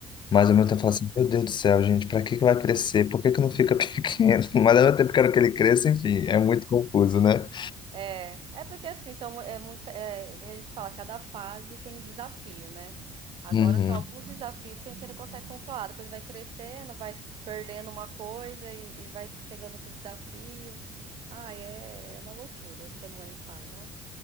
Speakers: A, on the left; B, on the right.
A: Mas ao mesmo tempo eu falo assim, meu Deus do céu, gente, para que que vai crescer? Por que que não fica <laughs> pequeno? Mas ao mesmo tempo quero que ele cresça, enfim, é muito confuso, né?
B: é. É porque assim, são, é muita, é, a gente fala, cada fase tem um desafio, né? Agora
A: Uhum.
B: são alguns desafios que a gente ainda consegue controlar. Depois vai crescendo, vai perdendo uma coisa e, e vai chegando outro desafio. Ah, é, é uma loucura ser mãe e pai. Nossa.